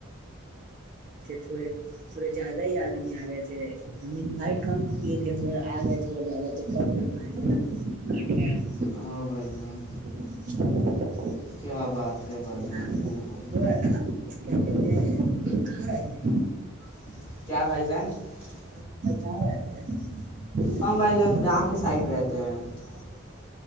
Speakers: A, on the right; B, on the left.
A: تھورے تھورے <unintelligible> زیادہ ہی آدمی آ گئے تھے ہم انوائٹ کم کیے تھے مگر آ گئے تھوڑا زیادہ تو کم کروئے تھے نا کٹ گیا <unintelligible>
B: او بھائی جان
A: <inaudible>
B: کیا بات <unintelligible> پے بائی جن
A: ہاں
B: ہو ہوو
A: وہ آپ کیا کہتے ہیں آپ کہاں رہتے ہیں
B: <unintelligible> کیا بھائی جان <unintelligible>
A: کانتے ہیں <unintelligible>
B: ہم بھائی جان گاؤں کے سائڈ رہتے ہیں <unintelligible>